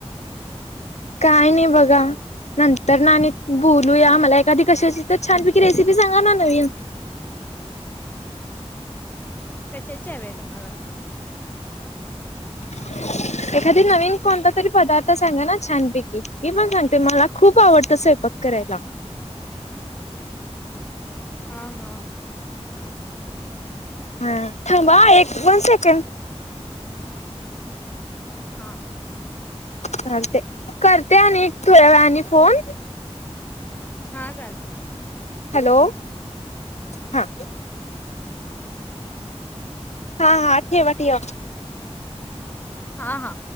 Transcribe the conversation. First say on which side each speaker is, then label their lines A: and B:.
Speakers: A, on the left (about 85°); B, on the left (about 15°).
A: काय नाही बघा नंतर ना बोलूया मला एखादी कशाची तर छानपैकी रेसिपी सांगा ना नवीन
B: कशाचे हव तुम्हाला
A: हो एखादी नवीन कोणता तरी पदार्थ सांगा ना छानपैकी मी पण सांगते मला खूप आवडतं स्वय प करायला
B: हा हा
A: हा थांबा हं, एक वन सेकेंड.
B: हा.
A: चालतंय, करते आणि थोड्या वेळाने फोन.
B: हा चालेल.
A: हॅलो हा हा हा ठेवा ठवा.
B: हा हा.